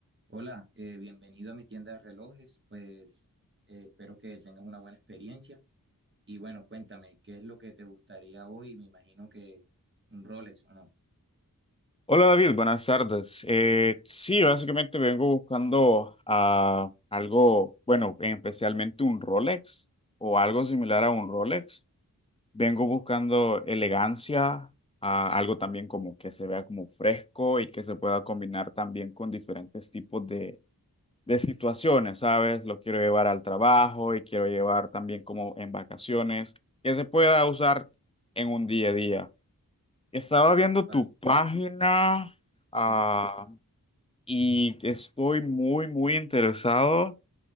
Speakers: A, on the right; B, on the left.
A: Hola, eh, bienvenido a mi tienda de relojes. Pues eh, espero que tengas una buena experiencia. Y bueno, cuéntame, ¿qué es lo que te gustaría hoy? Me imagino que un Rolex o no.
B: Hola David, buenas tardes. Eh, sí, básicamente vengo buscando ah, algo, bueno, especialmente un Rolex o algo similar a un Rolex. Vengo buscando elegancia, ah, algo también como que se vea como fresco y que se pueda combinar también con diferentes tipos de, de situaciones, ¿sabes? Lo quiero llevar al trabajo y quiero llevar también como en vacaciones, que se pueda usar en un día a día. Estaba viendo
A: Vale,
B: tu página,
A: sí,
B: ah, y estoy muy, muy interesado.